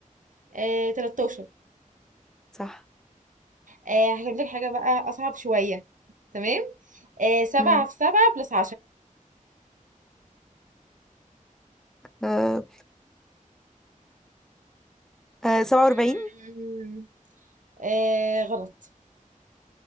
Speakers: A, on the right; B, in the centre.
A: آه تلاتاشر
B: صح
A: آه هجيب لك حاجة بقى أصعب شوية تمام آه سبعة
B: امم
A: في سبعة بلس
B: آه آه سبعة وأربعين
A: عشرة آه غلط